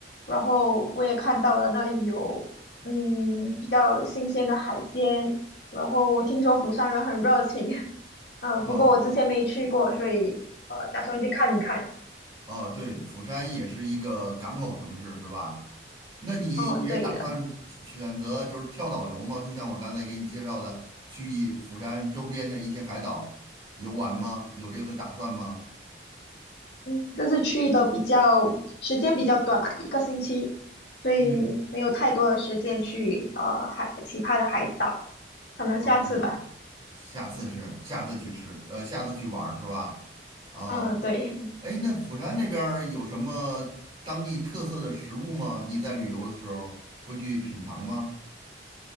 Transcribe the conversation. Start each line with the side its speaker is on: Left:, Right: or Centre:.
Left: 然后我也看到了那里有嗯比较新鲜的海鲜，然后听说釜山人很热情，<laughs> 呃，不过我之前没去过，
Right: 哦
Left: 所以呃打算去看一看。
Right: 哦，对，釜山也是一个港口城市，是吧？那你也打算选选择就是跳岛游吗？
Left: 哦，对了。
Right: 就像我刚才给你介绍的，去釜山周边的一些海岛游玩吗？有这个打算吗？
Left: 嗯，这次去的比较时间比较短嘛，一个星期，所以没有太多的时间去呃海其他的海岛，
Right: 嗯，
Left: 可能下次吧。
Right: 哦，下次是下次去吃，呃，下次去玩儿是吧？啊、
Left: 嗯，对，
Right: 哎，那釜山那边儿有什么当地特色的食物吗？你在旅游的时候会去品尝吗？